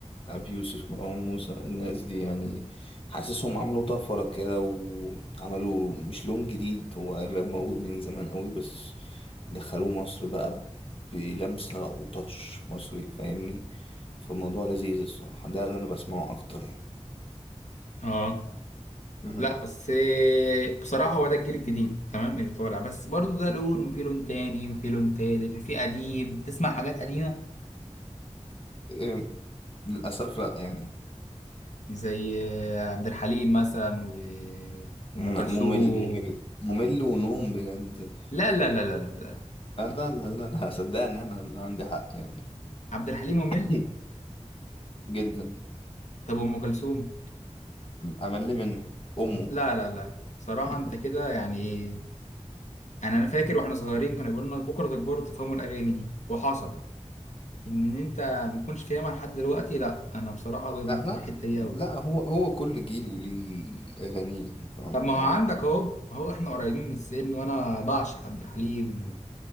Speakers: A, on the left; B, on the left.
A: أبي يوسف مروان موسى الناس دي يعني حاسسهم عملوا طفرة كده وعملوا مش لون جديد هو الراب موجود من زمان قوي بس دخلوه مصر بقى بلمسة وتاتش مصري فاهمني فالموضوع لذيذ الصراحة ده اللي أنا بسمعه أكتر يعني
B: اه
A: مهم.
B: لا بس إيه، بصراحة هو ده الجيل الجديد تمام اللي طالع بس برضو ده لون وفي لون تاني وفي لون تالت وفي قديم تسمع حاجات قديمة
A: إيه، للأسف لأ يعني
B: زي آه، عبد الحليم مثلا و... وأم
A: لأ
B: كلثوم
A: ممل ممل ممل ونوم بجد
B: لا لا لا لا لا
A: لا لا لا لا لا، صدقني أنا اللي عندي حق يعني
B: عبد الحليم ممل
A: <laughs> جدا
B: طب أم كلثوم
A: امل منه امه
B: لا لا لا صراحة
A: <laughs>
B: أنت كده يعني يعني انا فاكر واحنا صغيرين كانوا بيقولوا لنا بكره تكبروا تفهموا الاغاني دي وحصل ان انت ما تكونش فاهمها لحد دلوقتي لا انا بصراحه ضد
A: لا لا
B: الحته دي
A: لا
B: قوي
A: هو هو كل جيل وليه اغانيه فاهم؟
B: طب ما هو
A: او
B: عندك اهو اهو احنا قريبين من السن وانا بعشق عبد الحليم